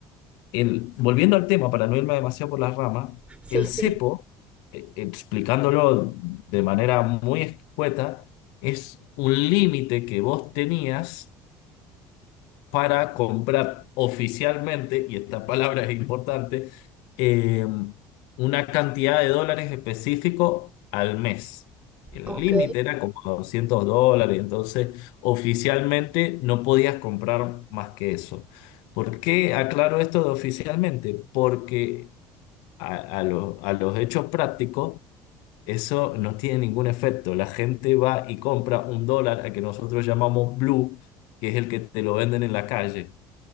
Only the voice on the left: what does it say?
El, volviendo al tema, para no irme demasiado por las ramas,
el
cepo, eh, explicándolo de manera muy escueta, es un límite que vos tenías para comprar oficialmente, y esta palabra es importante, eh, una cantidad de dólares específico al mes. El
límite era como 200 dólares, entonces oficialmente no podías comprar más que eso. ¿Por qué aclaro esto de oficialmente? Porque a, a los a los hechos prácticos eso no tiene ningún efecto. La gente va y compra un dólar al que nosotros llamamos blue, que es el que te lo venden en la calle